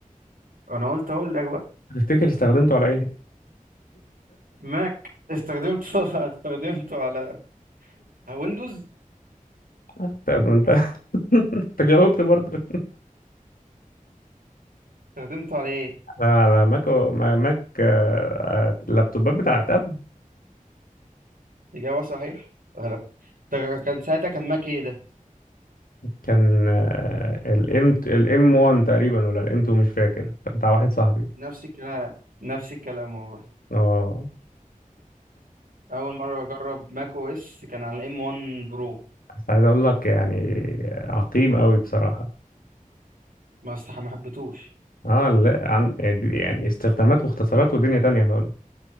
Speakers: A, on the right; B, on the left.
A: انا قلت اقول لك بقى
B: تفتكر استخدمته على ايه؟
A: ماك استخدمته <laughs> استخدمته على ويندوز
B: استخدم- انت <laughs> انت جاوبت برضه
A: استخدمته على ايه
B: على على ماك أو- ما- ماك آه، آه، اللابتوبات بتاعت ابل
A: اجابه صحيح غلط طب كان ساعتها كان ماك ايه ده
B: كان الام الام 1 تقريبا ولا الام 2 مش فاكر كان بتاع واحد صاحبي
A: نفس الكلام نفس الكلام والله
B: اه
A: اول مره اجرب ماك او اس كان على الام 1 برو
B: بس عايز اقول لك يعني عقيم قوي بصراحة
A: ما استح ما حبيتهوش
B: اه لا عن يعني استخدامات واختصارات ودنيا تانية خالص